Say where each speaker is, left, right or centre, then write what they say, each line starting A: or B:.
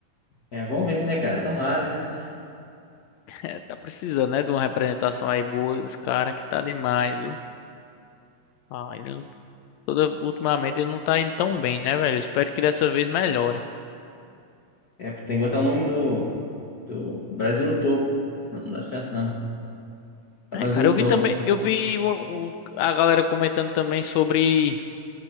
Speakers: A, on the left; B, on the left.
A: É, vamos ver, né, cara? Tomara, né?
B: É, tá precisando, né, de uma representação aí boa dos caras, que tá demais, viu? Ah, toda, ultimamente ele não tá indo tão bem, né, velho? Espero que dessa vez melhore.
A: É, tem que botar o nome do, do Brasil no topo. Senão não dá certo, não. Tá
B: É,
A: Brasil
B: cara,
A: no
B: eu
A: topo.
B: vi também, eu vi o- o- a galera comentando também sobre,